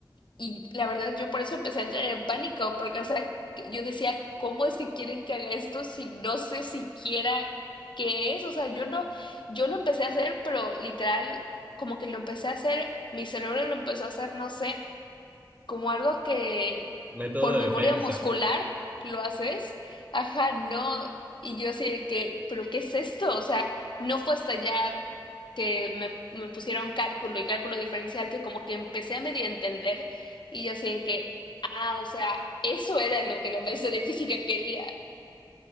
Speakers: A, on the left (about 75°); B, on the right (about 20°).
A: Y la verdad, yo por eso empecé a entrar en pánico, porque, o sea, que yo decía, ¿cómo es que quieren que haga esto si no sé siquiera qué es? O sea, yo no, yo lo empecé a hacer, pero literal, como que lo empecé a hacer, mi cerebro lo empezó a hacer, no sé como algo que
B: método
A: por
B: de
A: memoria
B: defensa.
A: muscular lo haces, ajá, no, y yo así de que, pero ¿qué es esto? O sea, no fue hasta ya que me, me pusieron cálculo y cálculo diferencial que como que empecé a medio entender y yo así de que, ah, o sea, eso era lo que la maestra de física quería.